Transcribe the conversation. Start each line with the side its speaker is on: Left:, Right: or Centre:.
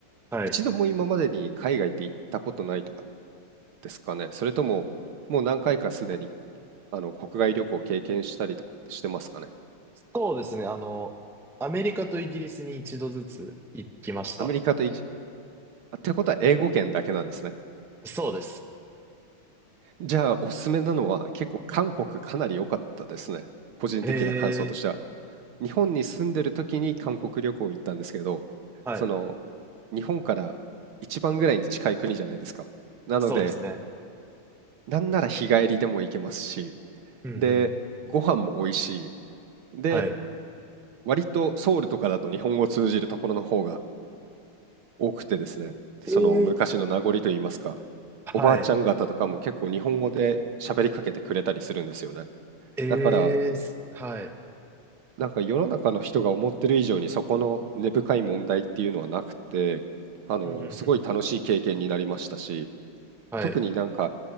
Centre: はい。
Right: 一度も今までに海外って行ったことないとかですかね。それとも、もう何回かすでに、あの、国外旅行を経験したりとかってしてますかね。
Centre: そうですね。あの、アメリカとイギリスに一度ずつ行きました。
Right: アメリカとイギ、あってことは英語圏だけなんですね。
Centre: そうです。
Right: じゃあ、おすすめなのは結構韓国かなり良かったですね。個人的な感想としては。
Centre: へえ。
Right: 日本に住んでる時に韓国旅行行ったんですけど、
Centre: はい。
Right: その、日本から一番ぐらいに近い国じゃないですか。なので、
Centre: そうですね。
Right: なんなら日帰りでも行けますし、
Centre: うん、
Right: で、
Centre: うん。
Right: ご飯も美味しい。で、
Centre: はい。
Right: 割とソウルとかだと日本語を通じるところの方が多くてですね、
Centre: ええ。
Right: その昔の名残といいますか、
Centre: はい。
Right: おばあちゃん方とかも結構日本語で喋りかけてくれたりするんですよね。
Centre: ええ。
Right: だから、
Centre: はい。
Right: なんか世の中の人が思ってる以上にそこの根深い問題っていうのはなくて、あの、
Centre: うん、うん、
Right: すごい楽しい経験になりましたし、
Centre: うん。はい。
Right: 特になんか